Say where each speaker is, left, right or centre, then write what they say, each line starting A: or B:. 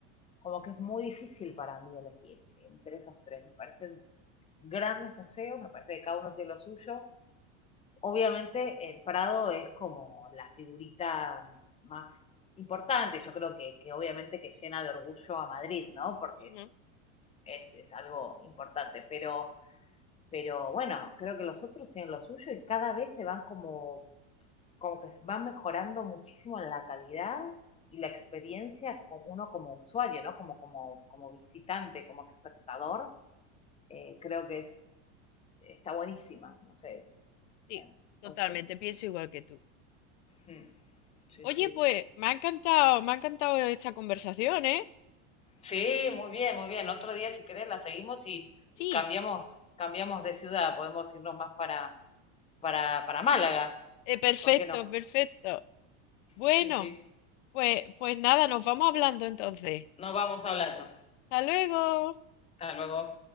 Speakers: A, on the left; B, on the left.
A: como que es muy difícil para mí elegir entre esos tres. Me parecen grandes museos, me parece que cada uno tiene lo suyo, Obviamente el Prado es como la figurita más importante, yo creo que, que obviamente que llena de orgullo a Madrid, ¿no? Porque
B: ujú.
A: es, es, es algo importante, pero, pero bueno, creo que los otros tienen lo suyo y cada vez se van como, como que van mejorando muchísimo en la calidad y la experiencia con uno como usuario, ¿no? Como, como, como visitante, como espectador, eh, creo que es, está buenísima, no sé,
B: Sí,
A: eh,
B: totalmente,
A: me gustó mucho.
B: pienso igual que tú.
A: Mm, sí,
B: Oye,
A: sí.
B: pues me ha encantado, me ha encantado esta conversación, ¿eh?
A: Sí, muy bien, muy bien. Otro día, si querés, la seguimos y,
B: Sí,
A: y cambiamos, cambiamos de ciudad. Podemos irnos más para, para, para Málaga.
B: eh, perfecto,
A: ¿Por qué no?
B: perfecto. Bueno,
A: Sí, sí.
B: pues, pues nada, nos vamos hablando entonces.
A: Nos vamos hablando.
B: Hasta luego.
A: Hasta luego.